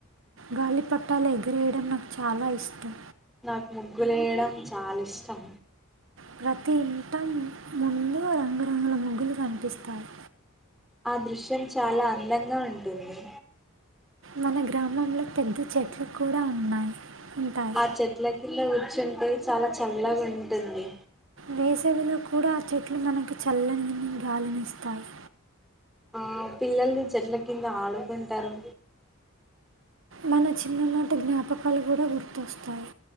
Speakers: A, on the right; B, in the centre.
A: గాలి పటాలు ఎగిరేయడం నాకు చాలా ఇష్టం
B: నాకు ముగ్గులేయడం చాలా ఇష్టం
A: ప్రతి ఇంట ముందు రంగురంగుల ముగ్గులు కనిపిస్తాయి
B: ఆ దృశ్యం చాలా అందంగా ఉంటుంది
A: మన గ్రామంలో పెద్ద చెట్లు కూడా ఉన్నాయి ఉంటాయి
B: ఆ చెట్ల కింద కూర్చుంటే చాలా చల్లగా ఉంటుంది
A: వేసవిలో కూడా ఆ చెట్లు మనకు చల్లని గాలినిస్తాయి
B: ఆ పిల్లలు చెట్ల కింద ఆడుకుంటారు
A: మన చిన్ననాటి జ్ఞాపకాలు కూడా గుర్తొస్తాయి